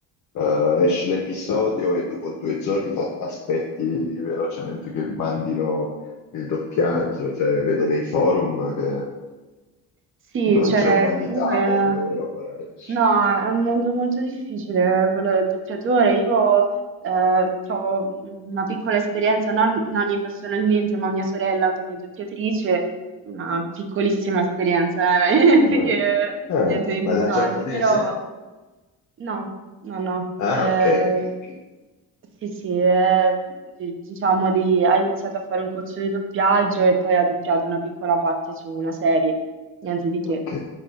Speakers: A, on the left; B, on the right.
A: Eh, esce l'episodio e dopo due giorni fa- aspetti velocemente che mandino il doppiaggio, cioè vedo nei forum che
B: Sì,
A: non
B: cioè,
A: c'è umanità
B: comunque,
A: per loro, poracci.
B: no, è un mondo molto difficile quello del doppiatore. Io eh, ho una piccola esperienza, non, non io personalmente, ma mia sorella come doppiatrice, una piccolissima esperienza, eh, <laughs> niente
A: Ah,
B: che,
A: ah,
B: niente di importante,
A: Ma dal giapponese?
B: però no, no, no.
A: Ah,
B: Eh,
A: ok, ok, ok.
B: sì, sì, eh, di- diciamo di, ha iniziato a fare un corso di doppiaggio e poi ha doppiato una piccola parte su una serie, niente di che.
A: Ok,